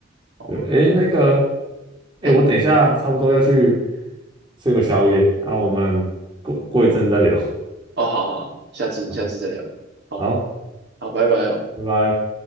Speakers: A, on the right; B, on the right.
A: 哦，
B: 对，诶，那个，诶，
A: 嘿。
B: 我等一下差不多要去吃个宵夜，那我们过过一阵再聊，
A: 哦，好好，好下次下次再聊，
B: 好，
A: 好
B: 好
A: 好，拜拜哦。
B: 拜拜。